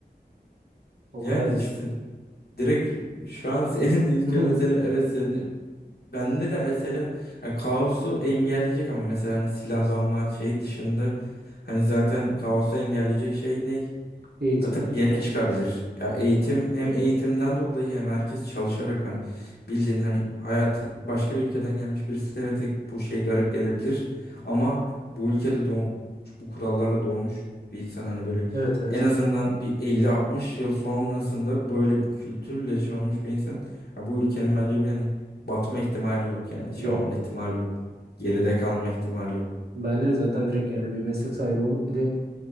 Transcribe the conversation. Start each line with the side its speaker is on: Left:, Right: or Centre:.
Left: yani
Right: O kadar
Left: işte Direkt şu an senin <laughs> de ilke
Right: <laughs>
Left: mesela evet senin bende de mesela yani kaosu engelleyecek ama mesela hani silahlanma şey dışında hani zaten kaosu engelleyecek şey ne?
Right: eğitim.
Left: Ya tabii yine çıkabilir. Ya eğitim hem eğitimden dolayı hem herkes çalışarak hani bildiğin hani hayatı başka bir ülkeden gelmiş birisi evet e, bu şey garip gelebilir ama bu ülkede doğmuş bu kurallarla doğmuş bir insan hani böyle
Right: Evet evet.
Left: en azından bir elli altmış yıl sonrasında böyle bu kültürle şey olmuş bir insan ya bu ülkenin bence bir hani batma ihtimali yok yani şey
Right: Yok
Left: olma ihtimali
Right: yok.
Left: yok. Geride kalma ihtimali yok.
Right: Bence zaten direkt yani bir meslek sahibi olup bir de